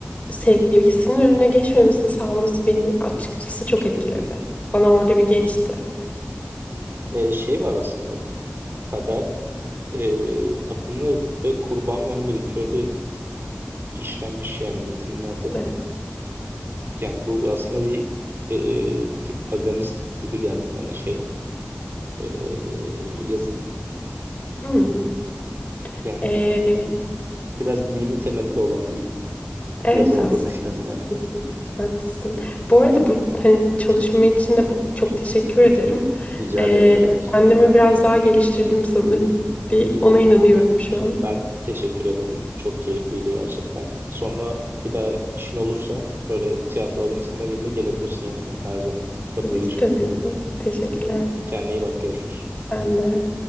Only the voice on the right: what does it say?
Ee, şey var aslında kader e, tapınma ve kurban verme ritüeli işlenmiş yani metinlerde.
Yani bu aslında bir e, bir tık paganist gibi geldi bana şey e, yazı.
Yani
biraz dini temelli olan bir
yazı olduğunu
düşünüyorum yani.
Rica
ederim ne demek.
Te-
ben teşekkür ederim. Çok keyifliydi gerçekten. Sonra bir daha işin olursa böyle tiyatro metinleriyle gelebilirsin yanıma. Her zaman kapım
açık.
Kendine iyi bak görüşürüz.